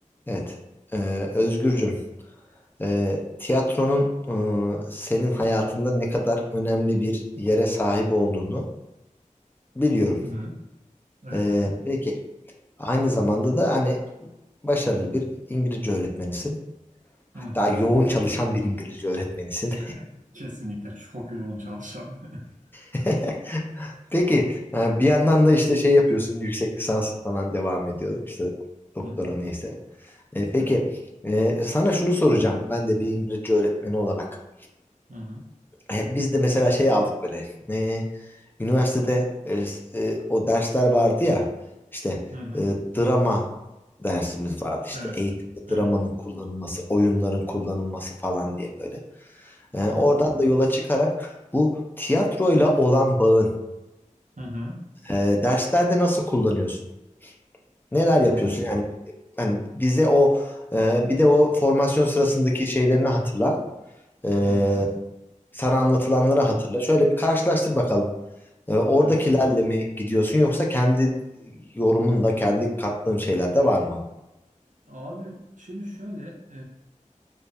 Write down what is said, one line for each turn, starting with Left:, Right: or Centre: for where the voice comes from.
Left: Evet. Ee, Özgürcüm, ee, tiyatronun ee, senin hayatında ne kadar önemli bir yere sahip olduğunu biliyorum.
Right: Hı hı. Evet
Left: Ee,
Right: abi.
Left: peki, aynı zamanda da hani başarılı bir İngilizce öğretmenisin. Hatta
Right: Hı hı.
Left: yoğun çalışan bir İngilizce öğretmenisin.
Right: <laughs> Kesinlikle çok yoğun çalışan. <laughs>
Left: <laughs> Peki, e, bir yandan da işte şey yapıyorsun, yüksek lisans falan devam ediyor. işte doktora
Right: Hı hı.
Left: neyse. E, peki,
Right: Hı hı.
Left: e, sana şunu soracağım. Ben de bir İngilizce öğretmeni olarak.
Right: Hı hı.
Left: E, Biz de mesela şey aldık böyle. e, üniversitede e, s- e, o dersler vardı ya. işte
Right: Hı hı.
Left: e, drama dersimiz vardı. işte
Right: Evet.
Left: eğitimde
Right: Evet.
Left: dramanın kullanılması, oyunların kullanılması falan diye böyle. E,
Right: Hı hı.
Left: oradan da yola çıkarak bu tiyatroyla olan bağını
Right: Hı hı.
Left: e, derslerde nasıl kullanıyorsun? Neler
Right: Hı
Left: yapıyorsun?
Right: hı.
Left: Yani hani bize o e, bir de o formasyon sırasındaki şeylerini hatırla. E,
Right: Hı hı.
Left: sana anlatılanları hatırla. Şöyle bir karşılaştır bakalım. E, oradakilerle
Right: Evet.
Left: mi gidiyorsun yoksa kendi yorumunla kendi kattığın şeyler de var mı?
Right: Abi şimdi şöyle